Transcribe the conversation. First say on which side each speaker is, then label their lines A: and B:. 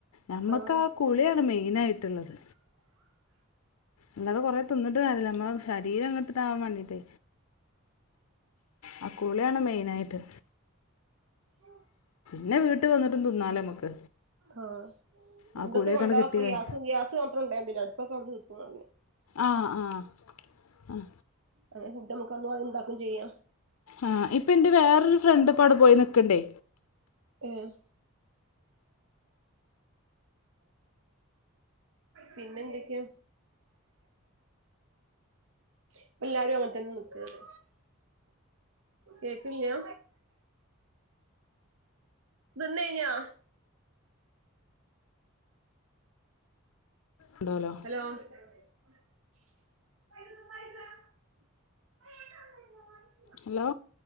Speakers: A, on the left; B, on the right.
A: നമ്മക്ക്
B: ആഹ്
A: ആ കുളിയാണ് മെയിൻ ആയിട്ടുള്ളത്. അല്ലാതെ കൊറെ തിന്നിട്ട് കാര്യല്ല, നമ്മടെ ശരീരം ങ്ങട്ട് താവാൻ വേണ്ടിട്ട്. ആ കുളിയാണ് മെയിൻ ആയിട്ട്.
B: ഉം
A: പിന്നെ വീട്ട് വന്നിട്ട് തിന്നാലോ നമുക്ക്
B: ആ
A: ആ
B: എന്തൊക്കെ
A: കുളിയൊക്കെ
B: കൊണ്ടോവാ
A: അങ്ങട് കിട്ടി
B: പ്പം
A: കഴി
B: ഗ്യാസ് ഗ്യാസ് മാത്രം കൊണ്ടായാതില്ലേ അടുപ്പൊക്കെ അവിന്ന് കിട്ടും ന്നറ്ഞ്ഞി
A: ആഹ് ആഹ് ആഹ്
B: ആ ഫുഡ് നമുക്കങ്ങ് ഉണ്ടാക്കും ചെയ്യാം
A: ആ ഇപ്പൊ എന്റെ വേറൊരു ഫ്രണ്ട് ഇപ്പ അവിടെ പോയി നിക്ക്ണ്ടേ
B: ഉം പിന്നെ എന്തൊക്കെയ ഇപ്പ എല്ലാരും അങ്ങനത്തന്നെ നിക്ക്ണത് കേക്കണില്ലാ തിന്ന് കഴിഞ്ഞോ
A: ഉണ്ടാവൂലാ
B: ഹലോ <unintelligible>
A: ഹലോ